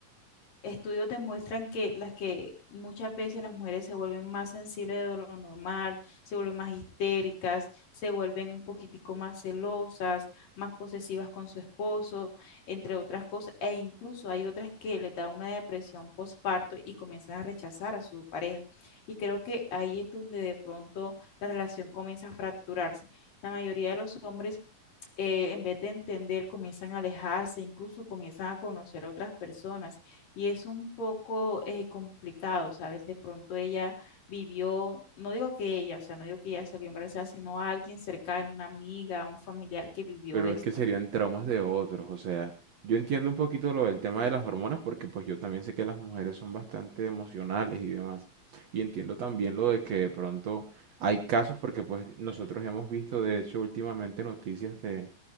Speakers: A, on the left (about 70°); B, on the right (about 55°).
A: estudios demuestran que las que muchas veces las mujeres se vuelven más sensibles de lo normal, se vuelven más histéricas, se vuelven un poquitico más celosas, más posesivas con su esposo, entre otras cosas, e incluso hay otras que les da una depresión postparto y comienzan a rechazar a su pareja. Y creo que ahí es donde de pronto la relación comienza a fracturarse. La mayoría de los hombres eh, en vez de entender, comienzan a alejarse, incluso comienzan a conocer a otras personas y es un poco eh, complicado, ¿sabes? De pronto ella vivió, no digo que ella, o sea, no digo que ella salió embarazada, sino a alguien cercano, una amiga, un familiar que vivió
B: Pero
A: esto.
B: es que serían traumas de otros, o sea, yo entiendo un poquito lo del tema de las hormonas porque pues yo también sé que las mujeres son bastante emocionales y demás. Y entiendo también lo de que de pronto hay casos porque pues nosotros hemos visto de hecho últimamente noticias de